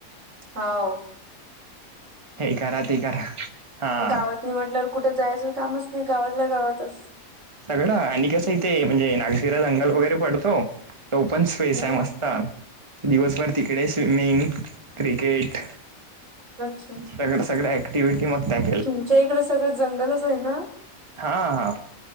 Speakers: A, on the right; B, on the right.
A: हा वो.
B: हे करा ते करा. हा.
A: गावात नाही म्हटल्यावर कुठे जायचं कामच नाही गावातल्या गावातच.
B: सगळं आणि कसं इथे म्हणजे नागशीरा जंगल वगैरे पडतो तर ओपन स्पेस
A: हम्म
B: आहे मस्त. ह दिवसभर तिकडे स्विमिंग क्रिकेट
A: अच्छा
B: सगळं सगळं ॲटिट मगॅ आहे
A: तुमच्या इकडं सगळं जंगलच आहे ना
B: हा हा